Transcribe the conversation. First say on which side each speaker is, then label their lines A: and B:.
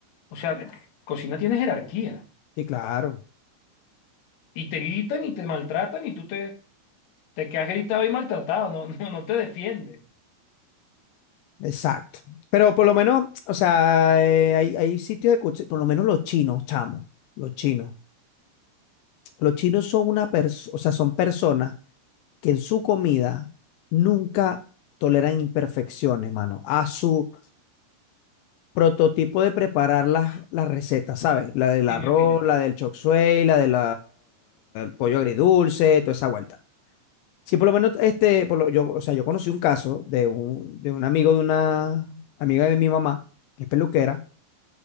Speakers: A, on the left; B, on the left.
A: O sea, de- cocina tiene jerarquía.
B: sí, claro,
A: Y te gritan y te maltratan y tú te, te quedas gritado y maltratado. No, no, no te defiendes.
B: exacto. Pero por lo menos, o sea, eh, hay, hay sitios de cuchi- por lo menos los chinos, chamo, los chinos. Los chinos son una persona, o sea, son personas que en su comida nunca toleran imperfecciones, mano. A su prototipo de preparar las, las recetas, ¿sabes? La del
A: Sí,
B: arroz,
A: me fijé.
B: la del chop suey, la del pollo agridulce, toda esa vuelta. Sí, por lo menos, este, por lo- yo, o sea, yo conocí un caso de un, de un amigo de una amiga de mi mamá, que es peluquera.